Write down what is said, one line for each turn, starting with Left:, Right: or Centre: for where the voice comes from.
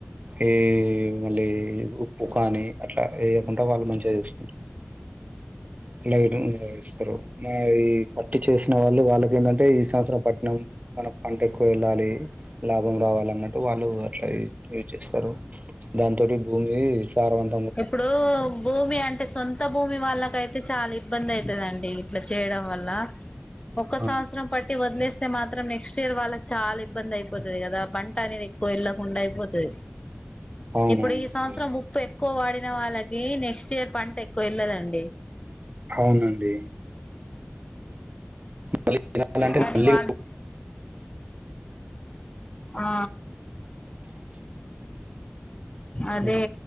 Right: ఈ మళ్ళీ ఉప్పు కాని అట్లా వేయకుండా వాళ్ళు మంచిగా చూసుకుంటారు లైటింగ్ ముందుగా యేస్తారు మరి ఈ పట్టు చేసిన వాళ్ళు వాళ్ళకి ఏందంటే ఈ సంవత్సరం పట్నం వాళ్ళకు పంట ఎక్కువ వెళ్ళాలి లాభం రావాలన్నట్టు వాళ్ళు అట్లా యూజ్ చేస్తారు దాంతోటి భూమి సార్వం
Left: ఇప్పుడు భూమి అంటే సొం సొంత భూమి వాళ్ళకు అయితే చాలా ఇబ్బంది అయీతాది అండి ఇట్లా చేయడం వల్ల ఒక్క
Right: ఆ!
Left: సంవత్సరం పట్టి వదిలేస్తే మాత్రం నెక్స్ట్ ఇయర్ వాళ్ళకి చాలా ఇబ్బంది అయి పోతాది కదా పంట అనేది ఎక్కువ వెళ్ళకుండా అయిపోతాది
Right: అవునవునండి
Left: ఇప్పుడు ఈ సంవత్సరం ముప్పై ఇక్కువ వాడిన వాళ్ళకి నెక్స్ట్ ఇయర్ పంట ఎక్కువ వెళ్ళదండి
Right: అవునండి మళ్ళీ వినాలంటే
Left: కాని
Right: మళ్ళీ
Left: వాళ్ళు ఆ
Right: <inaudible>
Left: అదే
Right: హ్మ్.